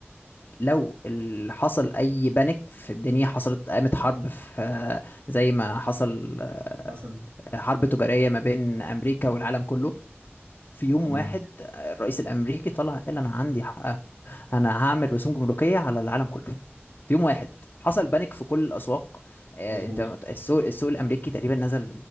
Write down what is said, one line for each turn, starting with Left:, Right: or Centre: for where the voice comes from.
Left: لو ال- حصل اي بانيك في الدنيا حصلت قامت حرب في زي ما حصل آه،
Right: مثلا
Left: حرب تجارية ما بين أمريكا والعالم كله في يوم
Right: تمام
Left: واحد الرئيس الأمريكي طلع قال أنا عندي حق. أنا هعمل رسوم جمركية على العالم كله في يوم واحد حصل بانيك في كل الاسواق آه،
Right: مظبوط
Left: انت السوق السوق الامريكي تقريبا نزل